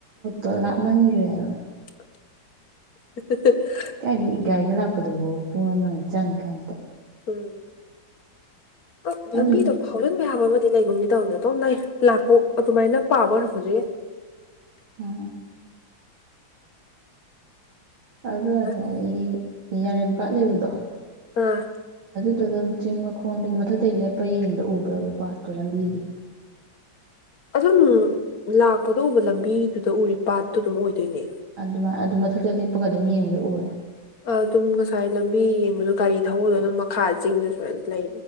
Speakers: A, on the right; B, on the left.
A: ꯗꯣ ꯂꯥꯞꯃꯟꯒꯔ꯭ꯦ ꯕ
B: <inaudible> <unintelligible>
A: ꯀꯥꯏꯗꯩ ꯒꯥꯔꯤꯗ ꯂꯥꯛꯄꯗꯨꯕꯥꯎ ꯄꯨꯡ ꯑꯃ ꯆꯪꯉꯤ ꯀꯥꯟꯁꯤꯗ
B: ꯎꯝ ꯑ
A: ꯑꯗꯨꯏ
B: ꯂꯝꯕꯤꯗ ꯐꯥꯎꯖꯟ ꯌꯥꯕ ꯑꯃꯗꯤ ꯂꯩꯒꯨꯝꯅꯤ ꯇꯧꯅꯦ ꯑꯗꯨꯣꯝꯗꯩꯩ ꯂꯥꯛꯄ ꯑꯗꯨꯃꯥꯏꯅ ꯄꯥꯕ ꯑꯣꯏꯔꯝꯕꯖꯨ ꯌꯥꯏ
A: ꯑ <inaudible> <unintelligible> ꯑꯗꯣ
B: ꯉꯥꯏꯈꯣ
A: ꯑꯁꯦ ꯑꯩ ꯌꯥꯔꯟꯄꯥꯥꯠ ꯂꯩꯕꯗꯣ
B: ꯑ
A: ꯑꯗꯨ ꯑꯗꯨꯝ ꯆꯤꯡ ꯃꯈꯣꯡꯗꯒꯤ ꯃꯊꯛꯇꯩ ꯂꯦꯞꯄ ꯌꯦꯡꯕꯗ ꯎꯕ꯭ꯔꯕ ꯄꯥꯠꯇꯣ ꯂꯝꯕꯤꯒꯤ
B: ꯑꯗꯨꯝ ꯂꯥꯛꯄꯗ ꯎꯕ ꯂꯝꯕꯤꯗꯨꯗ ꯎꯔꯤ ꯄꯥꯠꯇꯨ ꯑꯗꯨꯝ ꯑꯣꯏ ꯗꯣꯏꯅꯦ
A: ꯑꯗꯨꯃꯥꯏ ꯑꯗꯨ ꯃꯊꯛꯇ ꯂꯦꯞꯄꯒ ꯑꯗꯨꯝ ꯌꯦꯡꯕꯗ ꯎꯔꯦ
B: ꯑꯗꯨꯝ ꯉꯁꯥꯏ ꯂꯝꯕꯤ ꯌꯦꯡꯕꯗꯣ ꯒꯥꯔꯤ ꯊꯧꯕꯗꯣ ꯑꯗꯨꯝ ꯃꯈꯥ ꯆꯤꯡꯗꯁꯨ ꯂꯩ